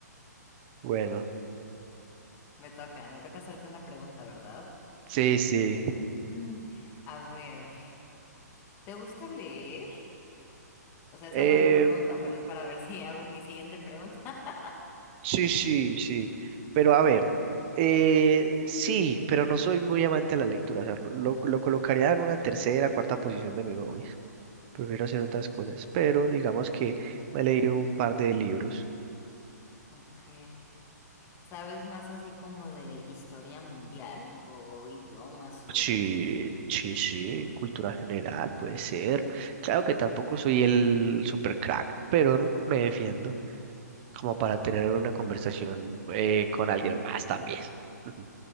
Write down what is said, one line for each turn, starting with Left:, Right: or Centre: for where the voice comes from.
Right: Bueno,
Left: Me toca, me toca hacerte una pregunta, ¿verdad?
Right: sí, sí.
Left: Mm, a ver, ¿te gusta leer? O sea, esa
Right: Eh,
Left: no es la pregunta, pero es para ver si hago mi siguiente pregunta. <laughs>
Right: sí, sí, sí. Pero a ver, eh, sí, pero no soy muy amante de la lectura. O sea, lo, lo colocaría en una tercera, cuarta posición de mi hobbies. Prefiero hacer otras cosas. Pero digamos que me leeré un par de libros.
Left: Ok. ¿Sabes más así como de historia mundial o idiomas o...?
Right: Sí, sí, sí, cultura general puede ser. Claro que tampoco soy el super crack, pero me defiendo. como para tener una conversación eh, con alguien más también. Ujú.